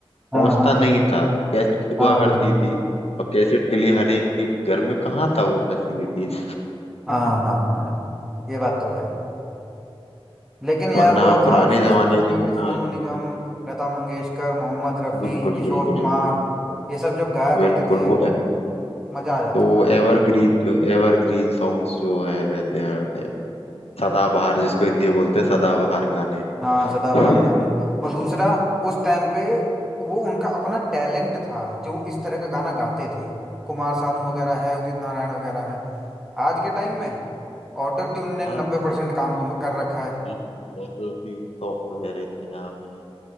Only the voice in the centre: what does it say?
हाँ
हाँ
हाँ
हाँ हाँ हाँ ये बात तो है लेकिन यार
वो
था कि जिस
टाइम
पे ये सोनू
निगम लता मंगेशकर मोहम्मद रफ़ी
किशोर
कुमार ये सब जब गाया
करते थे
मजा आ जाता
था
हाँ सदाबहार
गाने और दूसरा उस टाइम पे वो उनका अपना टैलेंट था जो वो इस तरह का गाना गाते थे कुमार सानू वगैरह हैं उदित नारायण वगैरह हैं आज के टाइम में ऑटो ट्यून ने नब्बे
परसेंट काम कम- कर रखा
है